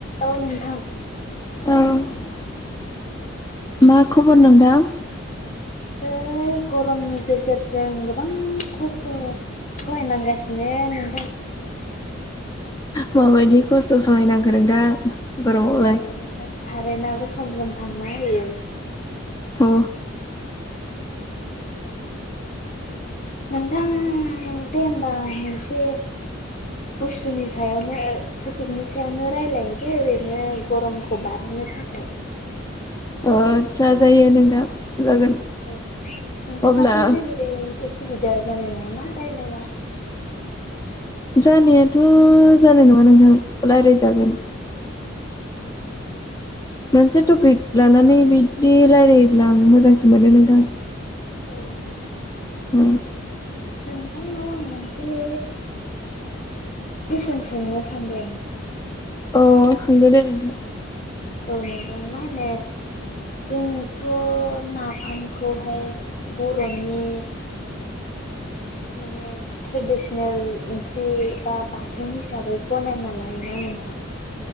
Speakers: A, on the left; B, on the left.
A: औ नोंथां।
B: औ मा खबर नोंथां?
A: बे गरमनि गेजेरजों गोबां खस्थ'। सहायनांगासिनो नोंथां।
B: माबायदि खस्थ' सहायनांखो नोंथां गरमावलाय?
A: औ कारेन्टआबो सम सम थांना होयो।
B: अ
A: नोंथां दे होमबा मोनसे बुस्थुनि सायावनो टपिकनि सायावनो रायजलायनोसै ओरैनो गरमखौ बारहोनो थाखाय।
B: ओ आस्सा जायो नोंथां जागोन।
A: ए नोंथां
B: अब्ला
A: दाथ' जेबो उसुबिदा जानाय नङाना रायलायबा।
B: जानायाथ' जानाय नङा नोंथां रायज्लायजागोन।
A: औ
B: मोनसे टपिक लानानै बिदि रायलायोब्ला आं मोजांसो मोनो नोंथां।
A: <unintelligible>
B: उम
A: नोंथांनाव आं मोनसे कुइसन सोंनो सानदों।
B: अ सोंदो दे नोंथां।
A: औ नोंथां मा होनो। जोंथ' नाफामखौहाय बर'नि माने ट्रेडिसनेल ओंख्रि बा बाथोन हिसाबै गनायना लायोना नोंथां।